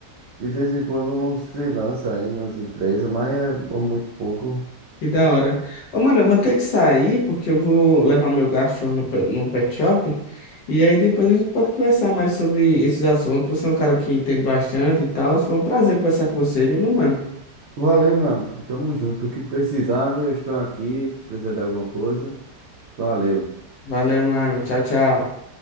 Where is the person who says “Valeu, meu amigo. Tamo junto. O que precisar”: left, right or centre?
Right